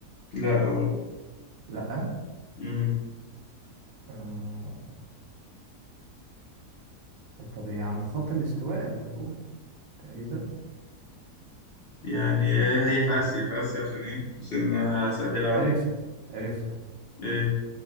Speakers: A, on the left (about 45°); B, on the right (about 85°).
A: لا أول
B: لأ
A: امم
B: آه... طب هي عند خط الاستواء المفروض تقريبا
A: يعني
B: آه...
A: هي هي في آسيا في آسيا عشان إيه؟ عشان أسهل عليك
B: عرفت عرفت
A: إيه